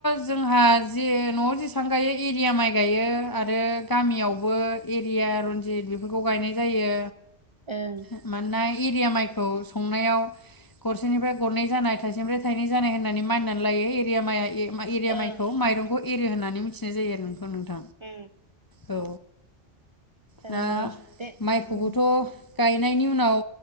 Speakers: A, on the left; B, on the right.
A: जोंहा जे न'आव जेसेबां गायो एरिया माइ गायो आरो गामियावबो एरिया रनजित बेफोरखौ गायनाय जायो
B: ओं
A: मानोना एरिया माइखौ संनायाव गरसेनिफ्राय गरनै जानाय थाइसेनिफ्राय थाइनै जानाय होननानै मानिनानै लायो एरिया माइआ ए एरिया
B: ओं
A: माइखौ माइरंखौ एरिया होननानै मिथिनाय जायो नोंगौना नोंथां
B: उम
A: औ
B: ओ
A: दा
B: दे
A: माइखौबोथ'
B: उम
A: गायनायनि उनाव